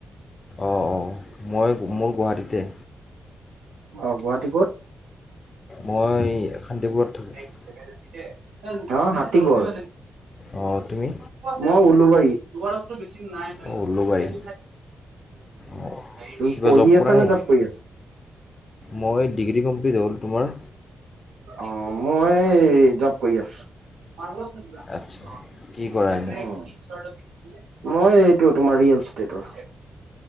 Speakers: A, on the left (about 45°); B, on the right (about 85°).
A: অঁ', অঁ'মই মোৰ গুৱাহাটীতে।
B: অ', গুৱাহাটী ক'ত?
A: মই শান্তিপুৰত থাকো।
B: <unintelligible> অ', হাতী গড়।
A: অঁ তুমি
B: মই উলোবাৰী। উম' উম'
A: অঁ উলুবাৰী অঁ
B: তুমি
A: কিবা
B: পঢ়ি
A: জব কৰা
B: আছা
A: নেকি
B: নে জব কৰি আছা?
A: মই ডিগ্ৰী কমপ্লিট হ'ল তোমাৰ?
B: অ' মই এই জব কৰি আছোঁ। মই এই
A: আচ্ছা
B: এইটো
A: কি কৰা এনেই
B: তোমাৰ ৰিয়েল ইষ্টেটৰ হয়।